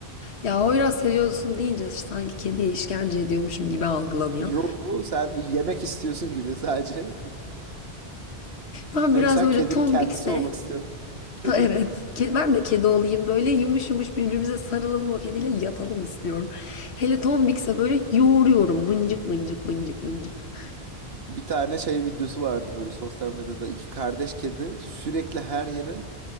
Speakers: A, on the left; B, on the right.
A: Ya Oyraz seviyorsun deyince sanki kediye işkence ediyormuşum gibi algılanıyor.
B: Yo, sen yemek istiyorsun gibi sadece. <laughs>
A: Ben
B: Hani
A: biraz
B: sen
A: böyle
B: kedinin
A: tombikse
B: kendisi olmak istiyorsun.
A: Ta-
B: <laughs> Evet.
A: Evet. Ke- Ben de kedi olayım böyle yumuş yumuş birbirimize sarılalım o kediyle yatalım istiyorum. Hele tombikse böyle yoğuruyorum mıncık mıncık mıncık mıncık.
B: Bir tane şey videosu vardı böyle sosyal medyada iki kardeş kedi sürekli her yere